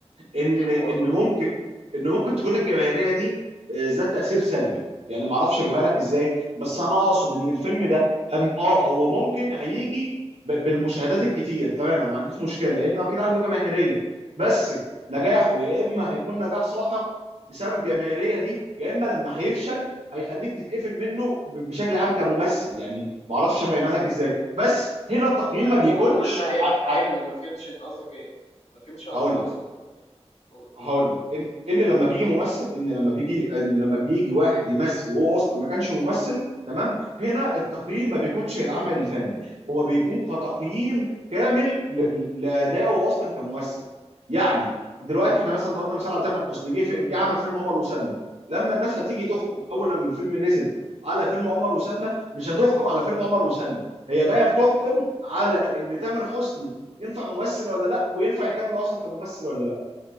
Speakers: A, on the right; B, on the left.
A: ان
B: ايه هو
A: ان
B: يا صديقي
A: ممكن ان ممكن تكون الجماهيريه دي آه، ذات تاثير سلبي يعني ما اعرفش اجيبها لك ازاي بس انا اقصد ان الفيلم ده لم اه هو ممكن هيجي ب- بالمشاهدات الكتير تمام أنا ما عنديش مشكله لان اكيد عنده جماهيريه بس نجاحه يا اما هيكون نجاح ساحق بسبب الجماهيريه دي يا اما لما هيفشل هيخليك تتقفل منه ب- بشكل عام كممثل يعني ما اعرفش افهمها لك ازاي بس هنا التقييم
B: لا
A: ما بيكونش
B: قول قول فاهم
A: ع-
B: فاهمني
A: ع-
B: ما فهمتش انت قصدك ايه ما فهمتش قصدك
A: هقول
B: خالص
A: لك
B: انت قصدك ايه قول
A: هقول لك ان ان لما بيجي ممثل ان لما بيجي ان لما بيجي واحد يمثل وهو اصلا ما كانش ممثل تمام هنا التقييم ما بيكونش العمل الفني هو بيكون كتقييم كامل ل- لادائه اصلا كممثل يعني
B: مم.
A: دلوقتي احنا مثلا ضربنا مثال على تامر حسني جه في- جه عمل فيلم عمر وسلمى لما الناس هتيجي تحكم اول لما الفيلم نزل على فيلم عمر وسلمى مش هتحكم على فيلم عمر وسلمى هي جايه بتحكم على ان تامر حسني ينفع ممثل ولا لا وينفع يكمل اصلا كممثل ولا لا